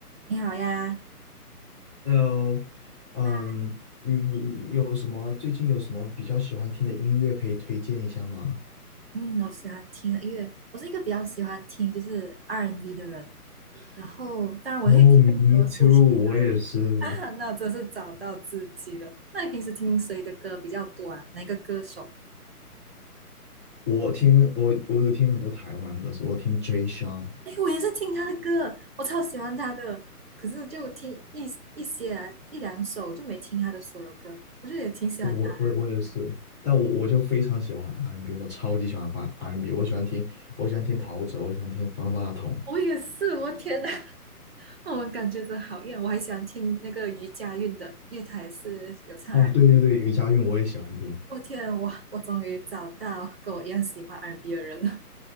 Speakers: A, on the right (about 40°); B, in the centre.
A: 你好呀，
B: Hello，嗯，
A: 啊，
B: 你有什么最近有什么比较喜欢听的音乐可以推荐一下吗？
A: 嗯，我喜欢听音乐，我是一个比较喜欢听就是 R&B N 的人，然后当然我会听很多抒情歌啊，
B: 哦，me too，我也是。
A: 那我真是找到自己了。那你平时听谁的歌比较多啊？哪个歌手？
B: 我听我我有听很多台湾歌手，我听 Jay Sean，
A: 哎，我也是听他的歌，我超喜欢他的，可是就听一一些啊一两首，就没听他的所有歌，我就也挺喜欢他。
B: 对我我我也是，但我我就非常喜欢 R&B，n 我超级喜欢发 R&B，我喜欢听我喜欢听陶喆，我喜欢听方大同。
A: 我也是，我天呐，<laughs> 我们感觉真好一样。我还喜欢听那个余佳运的，因为他也是有唱
B: 哦，对对对，余佳运我也喜欢听，
A: 我天啊，我我终于找到跟我一样喜欢 R&B 的人了。